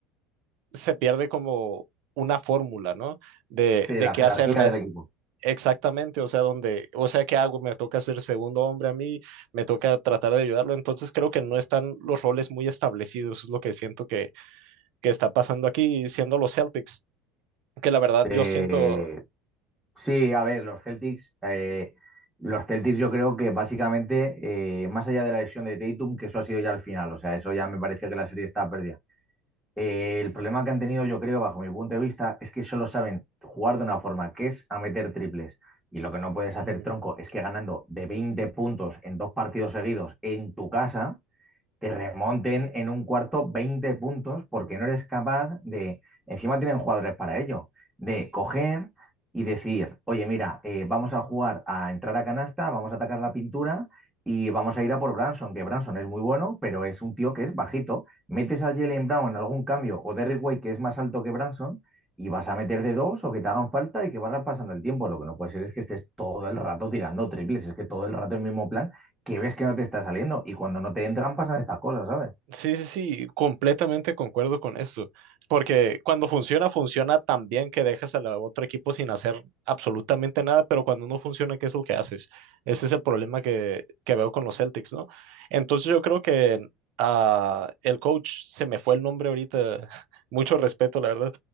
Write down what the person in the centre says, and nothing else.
sí,
la
jerarquía
del equipo.
Eh,
Sí, a ver, los Celtics, eh, los Celtics yo creo que básicamente, eh, más allá de la lesión de Tatum, que eso ha sido ya al final, o sea, eso ya me parecía que la serie estaba perdida. Eh, el problema que han tenido, yo creo, bajo mi punto de vista, es que solo saben jugar de una forma, que es a meter triples. Y lo que no puedes
hacer, tronco, es que ganando de 20 puntos en dos partidos seguidos en tu casa, te remonten en un cuarto 20 puntos porque no eres capaz de, encima tienen jugadores para ello, de coger y decir, oye, mira, eh, vamos a jugar a entrar a canasta, vamos a atacar la pintura y vamos a ir a por Branson, que Branson es muy bueno, pero es un tío que es bajito. Metes a Jalen Brown en algún cambio o Derrick White, que es más alto que Branson, y vas a meter de dos o que te hagan falta y que vas pasando el tiempo. Lo que no puede ser es que estés todo el rato tirando triples, es que todo el rato el mismo plan que ves que no te está saliendo. Y cuando no te entran, pasan estas cosas, ¿sabes?